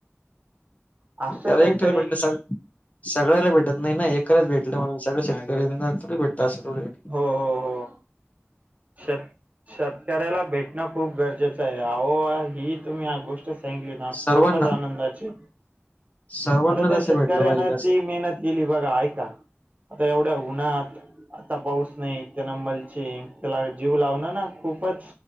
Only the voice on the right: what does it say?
असं
काहीतरी
हो हो हो शेत शेतकऱ्याला भेटणं खूप गरजेचं आहे आहो ही तुम्ही ह गोष्ट थँक यू ना
खूपच आनंदाची
आता त्या
शेतकऱ्यांना
ती मेहनत गेली बघा आहे का आता एवढ्या उन्हात आता पाऊस नाही तेनंमलचीि त्याला जीव लावण ना खूपच